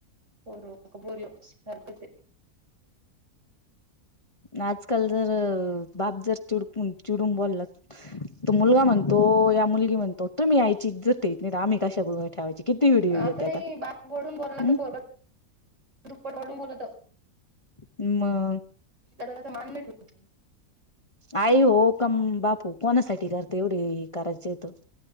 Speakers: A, on the right; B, on the left.
A: पोरं हो का पोरी हो सारखंच हे.
B: न आजकाल जर बाप जर चिडून चिडून बोलला तो मुलगा मग तो या मुलीले म्हणतो, तुम्ही याय इच्जतेत नाही आम्ही कश गुन ठेवायची. किती व्हिडिओ
A: आहे आता
B: येत्याता
A: नाही बाप वडून बोलला
B: हम्
A: तर पोरग दुप्पट वडून बोलत
B: मग?
A: त्या दोघां मान नाही ठे <unintelligible>
B: आई हो काम बापू कोणासाठी करत एवढे करायच येत तर